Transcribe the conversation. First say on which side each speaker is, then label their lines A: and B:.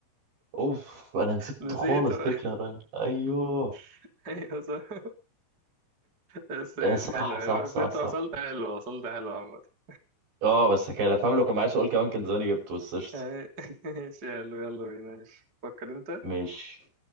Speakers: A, on the right; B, on the right.
A: اوف انا نسيت
B: نسيته
A: خالص ديكلان رايس ايوه
B: <laughs> ايوه صح بس ايش
A: آه، صح
B: حلو حلو
A: صح
B: بس
A: صح
B: انت
A: صح
B: وصلت حلو وصلت حلو عامة
A: اه بس كان فاهم لو كان معايا سؤال كمان كان زماني جبته بس قشطة
B: اي- <laughs> ايش حلو يلا بينا ايش فكر انت
A: ماشي